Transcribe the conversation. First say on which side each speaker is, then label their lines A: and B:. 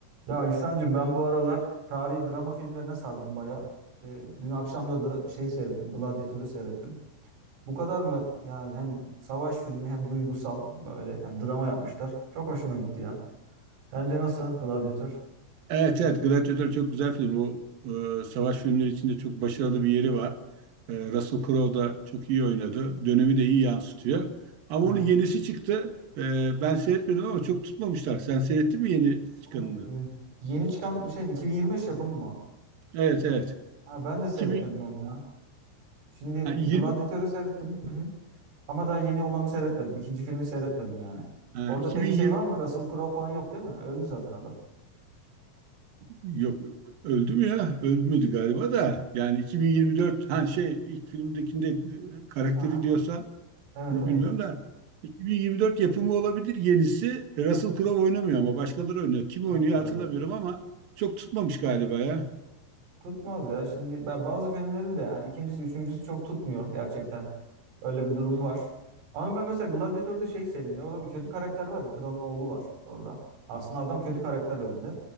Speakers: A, on the right; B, on the right.
A: Ya İhsan'cığım ben bu aralar tarihi drama filmlerine sardım baya. İşte dün akşam da dra- şey seyrettim, Gladiator'u seyrettim. Bu kadar mı? Yani hem savaş filmi hem duygusal böyle yani drama yapmışlar. Çok hoşuma gitti ya. Sence nasıl Gladiator?
B: Evet evet Gladiator çok güzel film. O e, savaş filmleri içinde çok başarılı bir yeri var. E, Russell Crowe da çok iyi oynadı. Dönemi de iyi yansıtıyor. Ama
A: Aha.
B: onun yenisi çıktı. E, ben seyretmedim ama çok tutmamışlar. Sen seyrettin mi yeni çıkanını?
A: Bu, e, Yeni çıkan şey mi? 2025 yapımı mı?
B: Evet evet.
A: Ha, ben de seyretmedim
B: 2000,
A: onu ya. Şimdi
B: ha,
A: Gladiator'u
B: 20,
A: seyrettim. Hı hı. Ama daha yeni olanı seyretmedim. İkinci filmi seyretmedim yani.
B: ha,
A: Orada
B: 2020
A: peki şey var mı? Russell Crowe falan yok değil mi? Öldü zaten adam.
B: yok öldü mü ya? Ölmedi galiba da. Yani 2024 ha şey ilk filmdekinde e, karakteri
A: Aha.
B: diyorsan
A: Evet
B: Onu
A: evet.
B: bilmiyorum da 2024 yapımı olabilir yenisi. Russell Crowe oynamıyor ama başkaları oynuyor. Kim
A: Anladım.
B: oynuyor hatırlamıyorum ama çok tutmamış galiba ya.
A: Tutmaz ya. Şimdi ben bazı filmlerin de yani ikincisi, üçüncüsü çok tutmuyor gerçekten. Öyle bir durum var. Ama ben mesela Gladiator'da şeyi sevdim. Ya, orada bir kötü karakter var ya. Kralın oğlu var orada. Aslında adam kötü karakter önünde.